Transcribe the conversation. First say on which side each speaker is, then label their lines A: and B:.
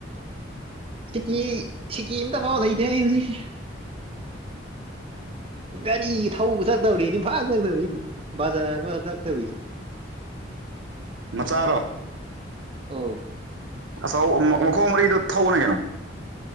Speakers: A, on the right (about 30°); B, on the right (about 80°).
A: ꯁꯤꯀꯤ ꯁꯤꯀꯤꯝꯇ ꯐꯥꯎ ꯂꯩꯇꯦ ꯑꯩ ꯍꯧꯖꯤꯛꯁꯦ ꯒꯥꯔꯤ ꯊꯧꯕꯒ ꯆꯠꯇꯧꯔꯤ ꯏꯐꯥ ꯆꯗꯧꯔꯤ ꯕꯖꯥꯔ ꯑꯃ ꯆꯠꯇꯧꯔꯤꯁꯦ
B: ꯃꯆꯥꯔꯣ
A: ꯑꯣ
B: ꯑꯥꯎ ꯃꯈꯣꯡ ꯃꯔꯤꯗꯣ ꯊꯧꯕꯅ ꯀꯩꯅꯣ